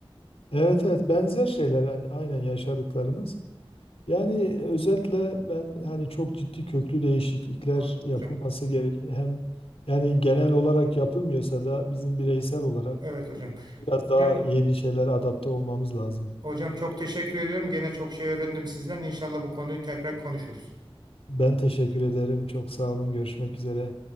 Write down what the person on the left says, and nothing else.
Evet evet benzer şeyler yani aynen yaşadıklarımız. Yani özetle ben hani çok ciddi köklü değişiklikler
yapılması
gereken hem yani genel olarak yapılmıyorsa da bizim bireysel olarak
biraz
daha yeni şeylere adapte olmamız lazım.
Ben teşekkür ederim. Çok sağ olun. Görüşmek üzere.